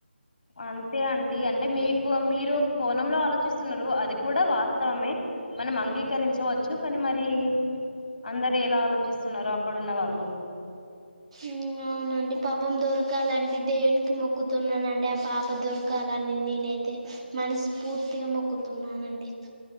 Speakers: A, on the left; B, on the right.
A: అంతే అండి అంటే మీకు మీరు ఒక కోణంలో ఆలోచిస్తున్నరు అది కూడా వాస్తవమే మనం అంగీకరించవచ్చు కానీ మరి అందరూ ఎలా ఆలోచిస్తున్నారో అక్కడున్న వాళ్ళు
B: ఉమ్ అవునండి పాపం దొరకాలండి దేవునికి మొక్కుతున్నానండి ఆ పాప దొర కాలాన్ని నేనైతే మనస్ఫూర్తిగా మొక్కుతున్నానండి